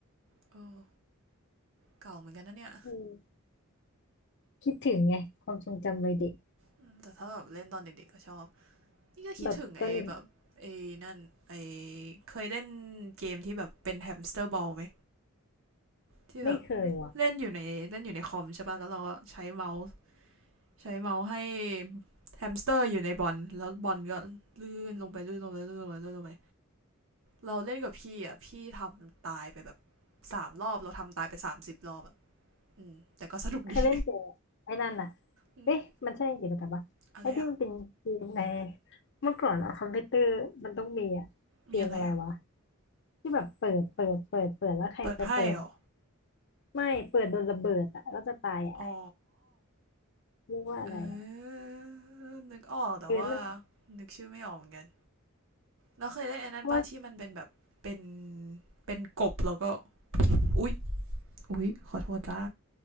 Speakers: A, on the right (about 60°); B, on the left (about 55°).
A: เออเก่าเหมือนกันนะเนี่ย
B: อืมคิดถึงไงความทรงจำวัยเด็ก
A: อืมแต่ถ้าแบบเล่นตอนเด็กๆก็ชอบนี่ก็คิดถึงไอ้แบบไอ้นั่นไอ้
B: แบบตอนเด็ก
A: เคยเล่นเกมที่แบบเป็นแฮมสเตอร์บอลไหมที่แบบ
B: ไม่เคยว่ะ
A: เล่นอยู่ในเล่นอยู่ในคอมใช่ป่ะแล้วเราก็ใช้เมาส์ ใช้เมาส์ให้แฮมสเตอร์อยู่ในบอลแล้วบอลก็ลื่นลงไปลื่นลงไปลื่นลงไปลื่นลงไปเราเล่นกับพี่อ่ะพี่ทำตายไปแบบสามรอบเราทำตายไปสามสิบรอบอ่ะอืมแต่ก็สนุกดี
B: เคยเล่นแต่ไอ้นั่นอ่ะ
A: <laughs> อ
B: เอ๊ะมันใช่กิจกรรมปะไอ้ที่มันเป็นเกมใน
A: ะไรอ่ะ
B: เมื่อก่อนอะคอมพิวเตอร์มันต้องมีอะเกมอะไรวะ
A: มีอะไรอ่ะ
B: ที่แบบเปิดเปิดเปิดเปิดแล้วใครไปเปิด
A: เปิดไพ่เหรอ
B: ไม่เปิดโดนระเบิดอ่ะแล้วจะตายอ่ะ
A: อ๋อ
B: เรียกว่าอะไรอ่ะ
A: เออนึกออกแต่ว่า
B: เออนั่นแหละ
A: นึกชื่อไม่ออกเหมือนกันเราเคยเล่นไอ้นั้นป้าที่มันเป็นแบบเป็น
B: เพราะว่า
A: เป็นกบแล้วก็อุ๊ยอุ๊ยขอโทษจ้า